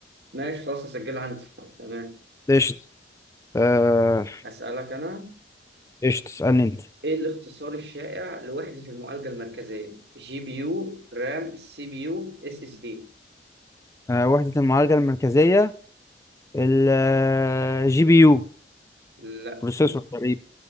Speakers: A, on the right; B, on the left.
A: ماشي خلاص اسجلها عندي تمام
B: قشطة آه،
A: هسألك انا
B: قشطة اسألني أنت
A: ايه الاختصار الشائع لوحدة المعالجة المركزية جي بي يو رام سي بي يو اس اس دي
B: آه وحدة المعالجة المركزية الجي بي يو
A: لا
B: بروسيسور تقريبا